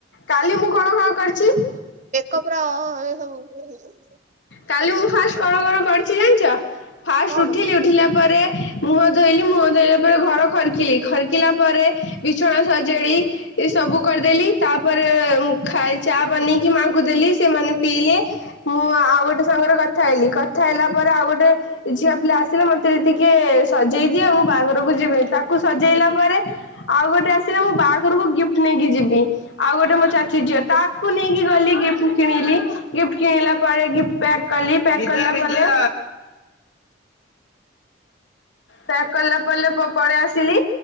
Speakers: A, on the left; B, on the right.
A: କାଲି ମୁଁ କଣ କଣ କରିଚ
B: କପୁରା ଅ ଇ ଏ ସବୁ ଇଏ ହେଇଚି।
A: କାଲି ମୁଁ ଫାଷ୍ଟେ କଣ କଣ କରିଚି ଜାଣିଚ ଫାଷ୍ଟେ
B: କଣ
A: ଉଠିଲି
B: କରିବ?
A: ଉଠିଲା ପରେ ମୁହଁ ଧୋଇଲି ମୁହଁ ଧୋଇଲା ପରେ ଘର ଖରକିଲି ଖରିକିଲା ପରେ ବିଛଣା ସଜେଇଲି। ଏ ସବୁ କରିଦେଲି ତାପରେ ଚା ବନେଇକି ମାଙ୍କୁ ଦେଲି ସେମାନେ ପିଇଲେ। ମୁଁ ଆଉ ଗୋଟେ ସାଙ୍ଗରେ କଥା ହେଇଲି କଥା ହେଲା ପରେ ଆଉ ଗୋଟେ ଝିଆ ପିଲା ଆସିଲେ ମତେ ଟିକେ ସଜେଇ ଦିଅ ଆଉ ମୁଁ ବାହାଘରକୁ ଯିବି ତାକୁ ସଜେଇଲା ପରେ ଆଉ ଗୋଟେ ଆସିଲା ମୁଁ ବାହାଘରକୁ ଗିଫ୍ଟି ନେଇକି ଯିବି। ଆଉ ଗୋଟେ ମୋ ଚାଚୁ ଝିଅ ତାକୁ ନେଇକି ଗଲି ଗିଫ୍ଟି କିଣିଲି ଗିଫ୍ଟ୍ କିଣିଲା ପରେ ଗିଫ୍ଟି ପ୍ୟାକ୍ କଲି ପ୍ୟାକ୍ କଲା ପରେ ପ୍ୟାକ୍ କଲା ପରେ ପେଳେଇ ଆସିଲି